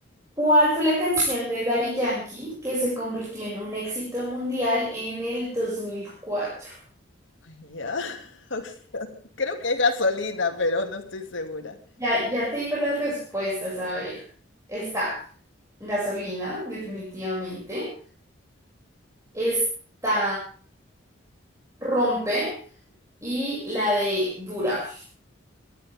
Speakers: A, on the right; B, on the left.
A: ¿cuál fue la canción de Daddy Yankee que se convirtió en un éxito mundial en el 2004?
B: Ya. <laughs> Oxo- Creo que es gasolina, pero no estoy segura.
A: Ya, ya te digo las respuestas, a ver. Está Gasolina, definitivamente. Está Rompe y la de Dura.